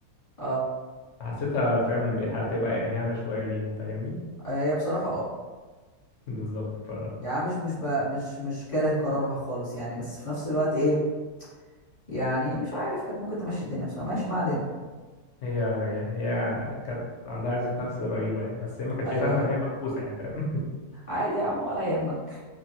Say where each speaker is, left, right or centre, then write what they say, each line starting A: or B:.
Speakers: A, on the left; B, on the left.
A: اه
B: حسيتها فعلا بقى- هتبقى اهانه شويه ليها فاهمني
A: هي بصراحة اه
B: بالظبط ف
A: يعني مش مش ب... مش مش كاره قرارها خالص يعني بس في نفس الوقت ايه يعني مش عارف كانت ممكن تمشي الدنيا بصراحة ماشي ما علينا
B: هي هي كانت عندها عزة نفس رهيبة يعني بس هي ما كانتش
A: ايوه
B: فاهمة
A: ايوه
B: إن هي مبؤوسة يعني فاهم
A: عادي يا عم ولا يهمك